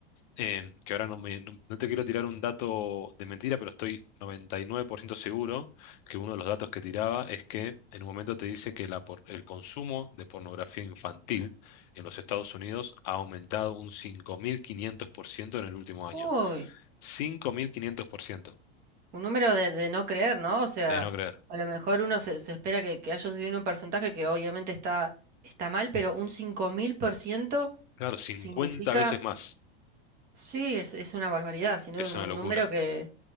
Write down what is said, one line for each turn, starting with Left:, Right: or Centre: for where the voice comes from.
Left: em, que ahora no, me- no- no te quiero tirar un dato de mentira, pero estoy 99% seguro que uno de los datos que tiraba es que en un momento te dice que la por- el consumo de pornografía infantil en los Estados Unidos ha aumentado un 5.500% en el último año.
Right: Uy,
Left: 5.500%,
Right: Un número de, de no creer, ¿no? O sea,
Left: de no creer.
Right: a lo mejor uno se, se espera que, que haya subido en un porcentaje que obviamente está, está mal, pero un 5000%
Left: Claro, 50
Right: significa,
Left: veces más.
Right: sí, es, es una barbaridad, sino
Left: Es
Right: un,
Left: una
Right: un
Left: locura.
Right: número que,